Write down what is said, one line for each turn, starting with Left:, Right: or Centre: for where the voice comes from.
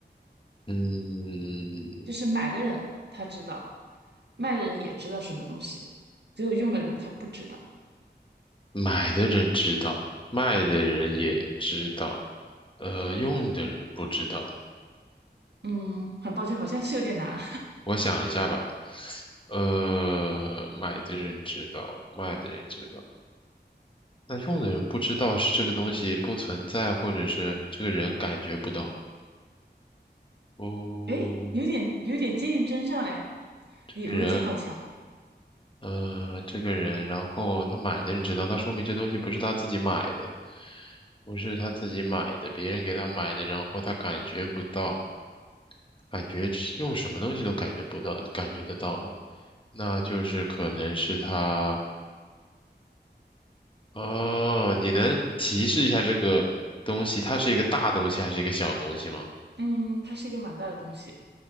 Left: 嗯，
Right: 就是买的人他知道，卖的人也知道什么东西，只有用的人他不知道。
Left: 买的人知道，卖的人也知道，呃，用的人不知道。
Right: 嗯，很抱歉，好像是有点难。
Left: 我想一下吧，呃，买的人知道，卖的人知道，那用的人不知道是这个东西不存在，或者是这个人感觉不到。哦，
Right: <laughs> 诶，有点有点接近真相嘞，
Left: 这个人，
Right: 你逻辑好。
Left: 呃，这个人，然后他买的人知道，那说明这东西不是他自己买的，不是他自己买的，别人给他买的，然后他感觉不到，感觉用什么东西都感觉不到，感觉得到吧？那就是可能是它哦，你能提示一下这个东西，它是一个大东西还是一个小东西吗？
Right: 嗯，它是一个蛮大的东西。